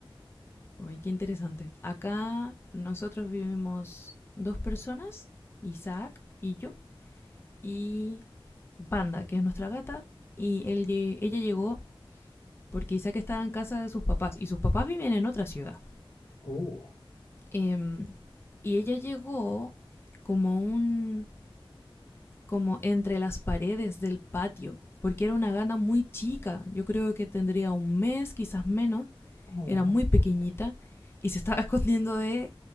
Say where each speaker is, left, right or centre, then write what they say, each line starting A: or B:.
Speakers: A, on the left (about 25°); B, on the left (about 80°).
A: Ay, qué interesante. Acá nosotros vivimos dos personas, Isaac y yo, y Banda, que es nuestra gata, y él lle- ella llegó porque Isaac estaba en casa de sus papás y sus papás viven en otra ciudad.
B: Uh,
A: Em, y ella llegó como un como entre las paredes del patio, porque era una gana muy chica, yo creo que tendría un mes, quizás menos,
B: oh,
A: era muy pequeñita
B: qué bonito.
A: y se estaba <laughs> escondiendo de